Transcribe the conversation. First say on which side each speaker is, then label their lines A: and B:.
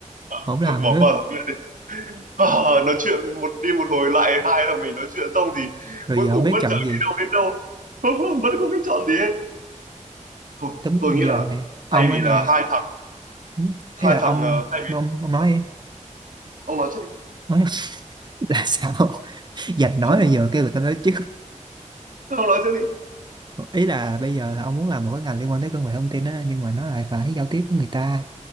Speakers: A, on the right; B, on the right.
A: <laughs>
B: không làm
A: thôi bỏ
B: nữa
A: qua rồi đi à, nói chuyện một đi một hồi lại hai là mình nói chuyện xong thì
B: rồi
A: cuối
B: giờ
A: cùng
B: không biết
A: vẫn
B: chọn
A: chẳng
B: gì
A: đi đâu đến đâu <laughs> vẫn không biết chọn gì hết thôi
B: tấm
A: tôi nghĩ
B: giờ
A: là
B: này ông
A: thay vì
B: ở nhà
A: là hai thằng
B: ừ,
A: hai
B: ấy là
A: thằng
B: ông
A: ờ, thay vì
B: ông ông nói
A: Hả?
B: đi.
A: ông nói trước đi
B: nói <laughs> là sao dạch nói
A: <laughs>
B: bây giờ kêu người ta nói chứ
A: ông nói trước đi
B: ý là bây giờ là ông muốn làm một cái ngành liên quan tới công nghệ thông tin á nhưng mà nó lại phải giao tiếp với người ta